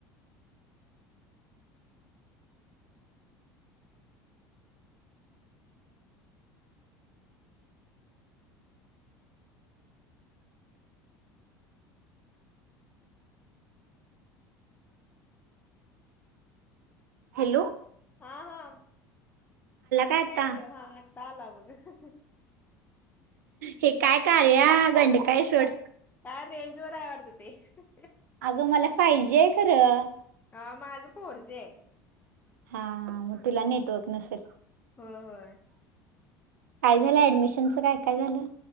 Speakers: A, on the right (about 70°); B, on the left (about 20°).
A: हॅलो
B: हा हा आला
A: का आता
B: काय ग हा आत्ता आला बघ <inaudible>
A: हे काय कार्य या गंडकाई सोड.
B: काय रेंज वर आहे वाटत ते <inaudible>
A: अगं मला पाहिजे ये खरं.
B: हा माझं फोर जी ये.
A: हा हा मग तुला नेटवर्क नसेल <inaudible>
B: होय होय
A: काय झालं ऍडमिशनच काय काय झालं.